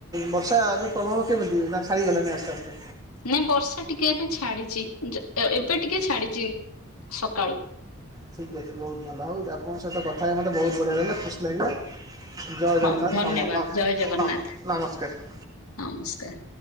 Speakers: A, on the right; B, on the left.
A: ବର୍ଷା ଏବେ ପ୍ରଭାବ କେମିତି ନା ଛାଡ଼ିଗଲାଣି ଆସ୍ତେ ଆସ୍ତେ?
B: ନାଇଁ ବର୍ଷା ଟିକେ ଏବେ ଛାଡିଚି ଯ ଏବେ ଟିକେ ଛାଡିଚି ସକାଳୁ।
A: ଠିକ୍ ଅଛି ବହୁତ ଭଲ ଆଉ ଆପଣଙ୍କ ସହିତ କଥା ହେଇ ମତେ ବହୁତ ବଢିଆ ଦେଲା ଖୁସି ଲାଗିଲା ଜୟ
B: ହଉ
A: ଜଗନ୍ନାଥ
B: ଧନ୍ୟବାଦ
A: ନମ ନ
B: ଜୟ ଜଗନ୍ନାଥ
A: ନ ନମସ୍କାର।
B: ନମସ୍କାର।